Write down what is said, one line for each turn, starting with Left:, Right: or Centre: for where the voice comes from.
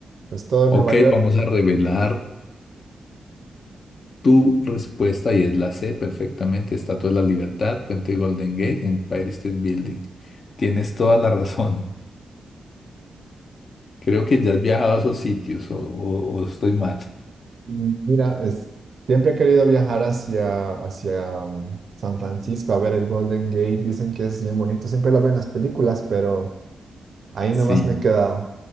Right: Es todo
Left: Ok,
Right: Nueva York.
Left: vamos a revelar tu respuesta y es la C, perfectamente. Estatua de la Libertad, Puente Golden Gate, Empire State Building. Tienes toda la razón. Creo que ya has viajado a esos sitios o, o- o estoy mal.
Right: Mm, Mira, es, siempre he querido viajar hacia, hacia mm, San Francisco a ver el Golden Gate. Dicen que es bien bonito. Siempre lo veo en las películas, pero ahí
Left: Sí.
Right: nomás me he quedado.